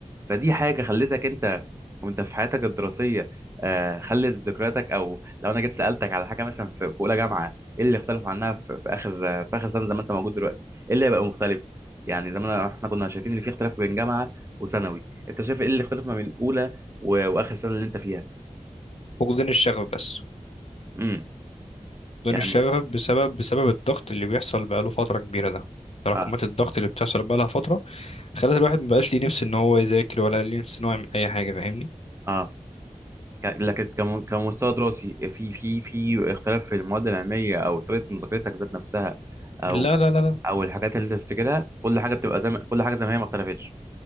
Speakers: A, on the right (about 20°); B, on the left (about 55°).
A: فدي حاجه خلتك انت وانت في حياتك الدراسيه آه، خلت ذكرياتك او لو انا جيت سالتك على حاجه مثلا في في اولى جامعه ايه اللي اختلف عنها في في اخر آه، في اخر سنه زي ما انت موجود دلوقتي ايه اللي هيبقى مختلف يعني زمان احنا كنا شايفين ان في اختلاف بين جامعه وثانوي انت شايف ايه اللي اختلف ما بين اولى و- واخر سنه اللي انت فيها
B: فقدان الشغف بس
A: امم
B: فقدان
A: يعني
B: الشغف بسبب بسبب الضغط اللي بيحصل بقاله فتره كبيره ده تراكمات
A: اه
B: الضغط اللي بتحصل بقالها فتره خلت الواحد مبقاش ليه نفس ان هو يذاكر ولا ليه نفس ان هو يعمل اي حاجه فاهمني
A: اه ك- لكن كم- كمستوى دراسي في في في اختلاف في المواد العلميه او طريقه مذاكرتك ذات نفسها او
B: لا لا لا لا
A: او الحاجات اللي انت بتفتكرها كل حاجه بتبقى زي ما كل حاجه زي ما هي ما اختلفتش